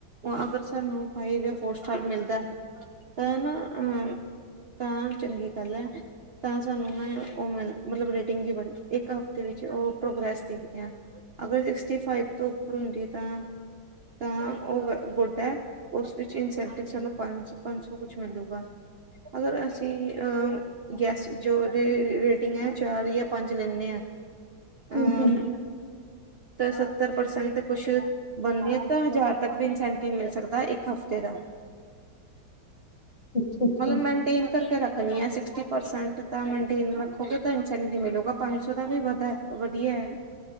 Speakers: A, on the right; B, on the left.
A: ਅਗਰ ਸਾਨੂੰ ਫਾਈਵ ਜਾ ਫੋਰ ਸਟਾਰ ਮਿਲਦਾ ਤੇ ਨਾ ਅੰਹ ਤਾਂ ਚੰਗੀ ਗੱਲ ਏ ਤਾਂ ਸਾਨੂੰ ਮੈਂ ਉਹ ਮਿਲ ਮਤਲਬ ਰੇਟਿੰਗ ਇੱਕ ਹਫ਼ਤੇ ਵਿੱਚ ਉਹ ਪ੍ਰੋਗਰੈਸ ਦਿਖਦੇ ਆ ਅਗਰ ਸਿਕਸਟੀ ਫਾਈਵ ਤੋਂ ਉੱਪਰ ਹੁੰਦੀ ਏ ਤਾਂ ਤਾਂ ਉਹ ਗੁਡ ਹੈ ਉਸ ਵਿੱਚ ਇਨਸੈਂਟਿਵ ਸਾਨੂੰ ਪੰਜ-ਪੰਜ ਸੌ ਕੁਛ ਮਿਲੂਗਾ ਅਗਰ ਅਸੀਂ ਅੰ ਗੈਸ ਜੋ ਰੇਟਿੰਗ ਹੈ ਚਾਰ ਜਾਂ ਪੰਜ ਲੈਂਨੇ ਆਂ
B: ਹੂੰ
A: ਅਮ
B: ਹੂੰ
A: ਤੇ ਸੱਤਰ ਪਰਸੈਂਟ ਕੁਛ ਬਣਨੀ ਐ ਤਾਂ ਹਜ਼ਾਰ ਤੱਕ ਵੀ ਇਨਸੈਂਟਿਵ ਮਿਲ ਸਕਦਾ ਇੱਕ ਹਫ਼ਤੇ ਦਾ
B: ਅੱਛਾ ਅੱਛਾ
A: ਮਤਲਬ ਮੇਨਟੇਨ ਕਰਕੇ ਰੱਖ ਸਿਕਸਟੀ ਪਰਸੈਂਟ ਤਾਂ ਮੇਨਟੇਨ ਰੱਖੋਗੇ ਤਾਂ ਇਨਸੈਂਟ ਮਿਲੂਗਾ ਪੰਜ ਸੌ ਦਾ ਵੀ ਵਧਾ ਵਦੀਆ ਹੈ